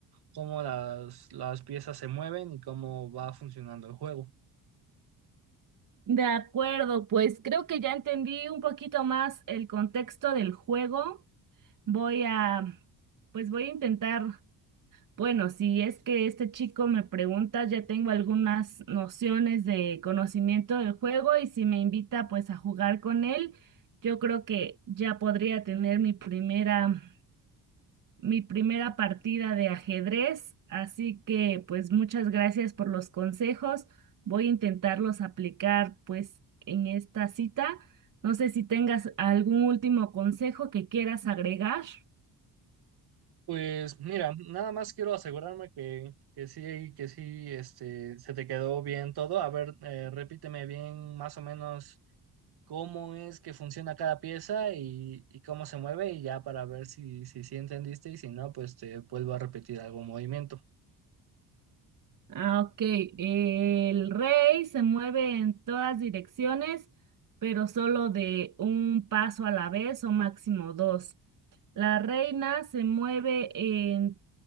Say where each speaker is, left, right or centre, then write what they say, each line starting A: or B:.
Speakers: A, on the right; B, on the right.
A: cómo las, las piezas se mueven y cómo va funcionando el juego.
B: De acuerdo, pues creo que ya entendí un poquito más el contexto del juego. Voy a, pues voy a intentar, bueno, si es que este chico me pregunta, ya tengo algunas nociones de conocimiento del juego y si me invita pues a jugar con él, yo creo que ya podría tener mi primera mi primera partida de ajedrez, así que pues muchas gracias por los consejos. Voy a intentarlos aplicar pues en esta cita. No sé si tengas algún último consejo que quieras agregar.
A: Pues mira, nada más quiero asegurarme que, que sí, que sí, este, se te quedó bien todo. A ver, eh, repíteme bien más o menos cómo es que funciona cada pieza y, y cómo se mueve y ya para ver si, si, sí entendiste y si no, pues te vuelvo a repetir algún movimiento.
B: Ah, ok. El rey se mueve en todas direcciones, pero solo de un paso a la vez o máximo dos. La reina se mueve en-